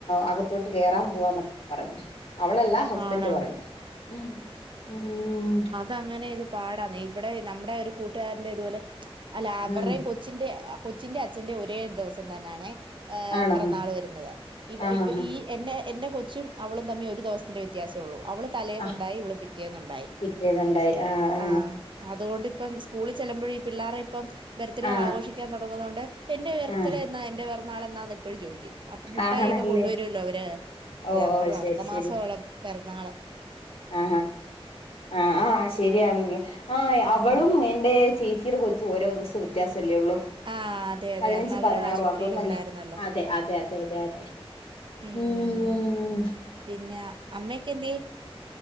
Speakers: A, on the left; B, on the right.
A: അകത്തോട്ട് കേറാൻ പോവാന്നൊക്കെ പറഞ്ഞു അവളല്ല ഹസ്ബൻഡ്
B: ആണോ
A: പറഞ്ഞു. ഉം ഊം.
B: തങ്ങനെ ഇത് പാടാണ് ഇവിടെ നമ്മുടെ ഒരു കൂട്ടുകാരന്റെ ഇതുപോലെ അല്ല അവരെം
A: ആണ്
B: കൊ ച്ചിന്റെ ആ കൊച്ചിന്റെ അച്ഛന്റെ ഒരേ ദിവസം തന്നാണേ ഏ
A: ആണോ
B: പെറന്നാള് വരുന്നത് ഇവ
A: ആ
B: ഇ
A: ആ
B: ഈ എന്നെ എന്റെ കൊച്ചും അവളും തമ്മി ഒരു ദെവസം ത്തിന്റെ വ്യത്യാസേ ഉള്ളൂ അവള് തലേന്നുണ്ടായി.
A: ആ ആ
B: ഇവള് പിറ്റേന്നുണ്ടായി.
A: പിറ്റേന്നുണ്ടായി ആ ആ
B: ആഹ് അതുകൊണ്ടിപ്പം സ് കൂളിൽ ചെല്ല്മ്പോഴി ഈ പിള്ളാരെ ഇപ്പം ബർത്ത്ഡേ
A: ആ
B: ആഘോഷിക്കാൻ തൊടുന്നത് കൊണ്ട് എന്റെ ബെർത്ത്ഡേ
A: ആ
B: എന്നാ എന്റെ ബർ നാളന്നാന്നെപ്പഴും ചോയിക്കും അപ്പൊ മുട്ടായി
A: ആ ആണല്ലേ
B: ഒക്കെ കൊണ്ടുവരുല്ലോ അവര്
A: ഓ
B: ഞാൻ
A: ഓ
B: പറഞ്ഞു
A: ശരി
B: അടുത്ത
A: ശരി
B: മാസവളെ പെറന്നാള്
A: ആ ആ ആഹ് അ ശരിയാണല്ലോ ആ അവളും
B: ആഹ്
A: എന്റെ ചേച്ചിടെ കൊച്ചു ഓരോ ദിവസ്‌തെ വ്യത്യാസല്ലേ ഉള്ളൂ
B: ആഹ് അതെ അതെ
A: പതിനഞ്ചും
B: അന്ന് അവര്
A: പതിനാറും
B: ആശുപത്രിയിൽ
A: ആവുമ്പോ <unintelligible>
B: ഉണ്ടായിരുന്നല്ലോ
A: അതെ അതെ അതെ അതെ അതെ
B: ഏഹ്
A: ഉം
B: പിന്നെ അമ്മക്കെന്ത്യേ?